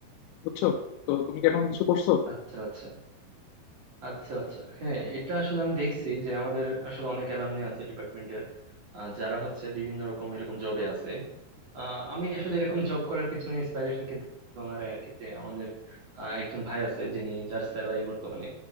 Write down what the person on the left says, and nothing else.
বুঝছো তো তুমি কি এখন কিছু করছো